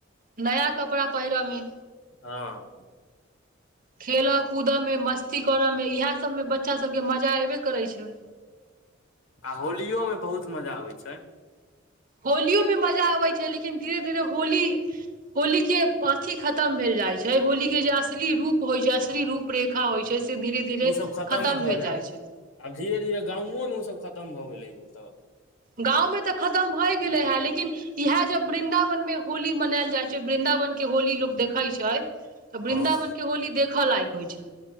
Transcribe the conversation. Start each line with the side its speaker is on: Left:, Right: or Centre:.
Right: नया कपड़ा पहिरमें।
Left: हँ
Right: खेलय कूदए में मस्ती करऽ में, इएहा सब में बच्चा सब के मजा एबे करे छै।
Left: आ होलियो में बहुत मजा आबै छै।
Right: होलियो में मजा अबै छै, लेकिन धीरे- धीरे होली होली के अथि खतम भेल जाइ छै, होली के जे अश्ली रूप होइ छै, अश्ली रूप- रेखा होइ छै। से धीरे -धीरे
Left: उ सब
Right: खतम
Left: भऽ
Right: भेल जाइ छै।
Left: आब धीरे- धीरे गांवों में ओसभ खतम भऽ गेलैए तऽ।
Right: गाँंवं में तऽ खतम भएऽ गेले हे, लेकिन इएह जब वृन्दावन में होली मनायल जाइ छै, वृन्दावन के होली लोक देखै छै, तऽ वृन्दावन
Left: हँ
Right: के होली देखऽ लायक होइ छै।